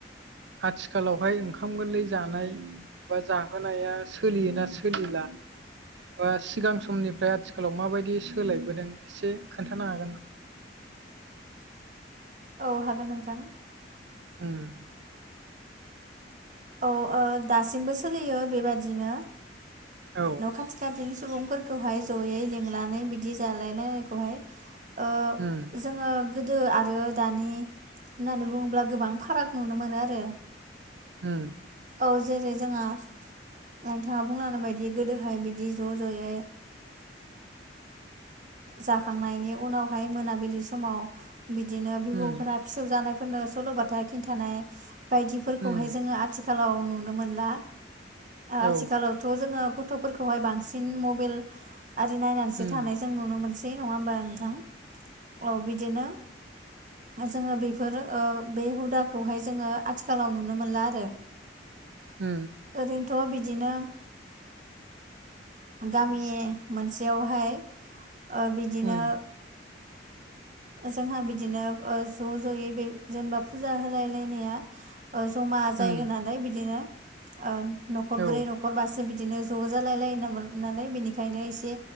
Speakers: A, on the right; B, on the right.
A: आथिखालावहाय ओंखाम गोरलै जानाय। बा जाहोनाया सोलियोना सोलिला बा सिगां समनिफ्राय आथि आथिखालाव माबायदि सोलायबोदों एसे खोन्थानो हागोन नामा
B: औ हागोन नोंथां।
A: उम।
B: औ दासिमबो सोलियो बेबादिनो
A: औ
B: न' खाथि खाथिनि सुबुंफोरखौहाय जयै लिंनानै बिदि जालायलायनायखौहाय। ओ
A: उम
B: जोङो गोदो आरो दानि होननानै बुङोब्ला गोबां फाराग नुनो मोनो आरो
A: उम।
B: औ जेरै जोंहा। नोंथाङा बुंलानाय बायदि गोदोहाय बिदि ज' ज'यै जाखांनायनि उनावहाय मोनाबिलि समाव। बिदिनो बिबौफोरा
A: उम
B: फिसौ जानायफोरनो सल'बाथा खिन्थानाय बायदिफोरखौहाय
A: उम
B: जोङो। आथिखालाव नुनो मोनला
A: औ
B: आथिखालाव'थ थ' जोङो गथ'फोरखौहाय बांसिन मबाइल आरि नायनानैसो
A: उम
B: थानाय जों नुनो मोनसै। नङा होमबा नोंथां औ बिदिनो जोङो बेफोर बे हुदाखौहाय जोङो आथिखालाव नुनो मोनला आरो
A: उम
B: ओरैनोथ' बिदिनो। गामि मोनसेयावहाय बिदिनो
A: उम
B: जोंहा बिदिनो ज' ज'यै बे जेनेबा फुजा होलायलायनाया जमा जायो
A: उम
B: होननानै बिदिनो न'खरब्रै
A: औ
B: न'खरबा। न'खरबासो बिदिनो ज' जालायलाय नालाय बिनिखायनो एसे।